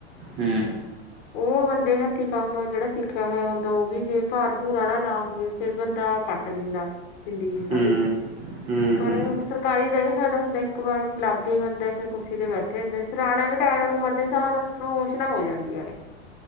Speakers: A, on the right; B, on the left.
A: ਹਾਂ।
B: ਉਹ ਬੰਦੇ ਹੱਥੀ ਕੰਮ ਜਿਹੜਾ ਸਿੱਖਿਆ ਹੋਇਆ ਹੁੰਦਾ ਉਹ ਵੀ ਜੇ ਭਾਰ ਭੂੂਰ ਵਾਲਾ ਨਾ ਹੋਵੇ। ਫਿਰ ਬੰਦਾ ਕੱਟ ਲੈਂਦਾ ਜ਼ਿੰਦਗੀ ਸਾਰੀ,
A: ਹੂੰ, ਹੂੰ,
B: ਪਰ
A: ਹੂੰ।
B: ਹੁਣ ਸਰਕਾਰੀ ਦਾ ਇਹ ਫਾਇਦਾ ਹੁੰਦਾ ਇੱਕ ਵਾਰ ਲਾਗੇ ਬੰਦੇ ਫਿਰ ਕੁਰਸੀ ਤੇ ਬੈਠੇ ਹੁੰਦੇ ਨੇ ਫਿਰ ਆਣੇ ਵਾਲੇ ਟਾਈਮ ਨਾਲ ਉਮਰ ਦੇ ਹਿਸਾਬ ਨਾਲ, ਪ੍ਰੋਮੋਸ਼ਨਾ ਹੋ ਜਾਂਦੀਆਂ ਨੇ,